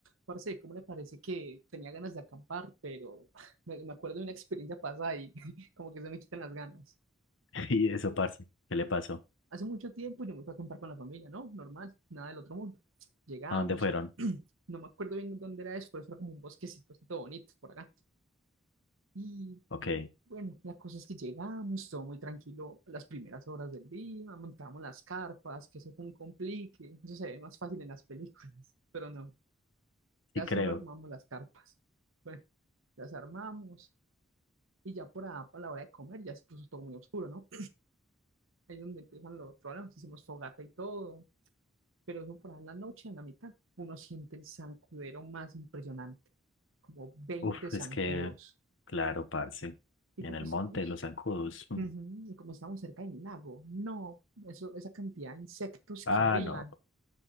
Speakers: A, on the right; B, on the left.
A: Parce, ¿cómo le parece que tenía ganas de acampar, pero <laughs> me, me acuerdo de una experiencia pasada y <laughs> como que se me quitan las ganas?
B: <laughs> Y eso, parce, ¿qué le pasó?
A: Hace mucho tiempo yo me fui a acampar con la familia, ¿no? Normal, nada del otro mundo. Llegamos,
B: ¿A dónde fueron?
A: <clears throat> no me acuerdo bien dónde era eso, pero eso era como un bosquecito así todo bonito por acá. Y
B: Ok,
A: bueno, la cosa es que llegamos, todo muy tranquilo las primeras horas del día, montamos las carpas, que eso fue un complique, eso se ve más fácil en las películas, <laughs> pero no, casi
B: sí creo.
A: no armamos las carpas. Bueno, las armamos, Y ya por a, para la hora de comer ya se puso todo muy oscuro, ¿no? Ahí es donde empiezan los problemas, hicimos fogata y todo, pero eso por ahí en la noche, en la mitad, uno siente el zancudero más impresionante, como 20
B: Uf,
A: zancudos.
B: es que, claro, parce,
A: ¿Y
B: en
A: cómo
B: el
A: estábamos?
B: monte, los zancudos. <laughs> mm.
A: Ujú, Y como estábamos cerca del lago, no, eso, esa cantidad de insectos que
B: Ah,
A: habían,
B: no,